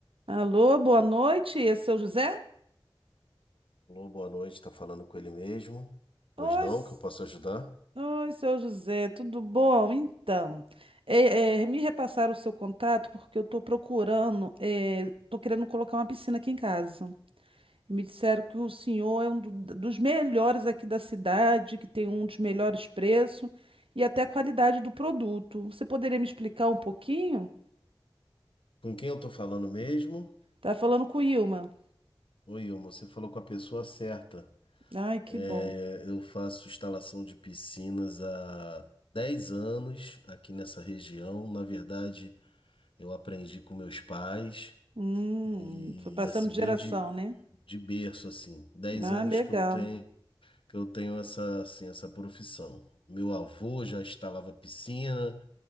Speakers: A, on the right (about 80°); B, on the left (about 70°).
A: Alô, boa noite, é seu José?
B: Alô, boa noite, tá falando com ele mesmo?
A: Oi,
B: Pois não,
A: s-
B: que eu posso ajudar?
A: oi, seu José, tudo bom? Então, é, é, me repassaram o seu contato porque eu estou procurando, estou querendo colocar uma piscina aqui em casa. Me disseram que o senhor é um do- dos melhores aqui da cidade, que tem um dos melhores preços e até a qualidade do produto. Você poderia me explicar um pouquinho?
B: Com quem eu tô falando mesmo?
A: Tá falando com o Ilma.
B: Oi, Ilmo, você falou com a pessoa certa.
A: Ai, que
B: É,
A: bom.
B: eu faço instalação de piscinas há 10 anos aqui nessa região. Na verdade, eu aprendi com meus pais
A: Hum,
B: e
A: foi passando
B: assim,
A: de
B: vem
A: geração,
B: de,
A: né?
B: de berço assim. Dez
A: Ah,
B: anos
A: legal.
B: que eu tenho, que eu tenho essa, assim, essa profissão. Meu avô já instalava piscina,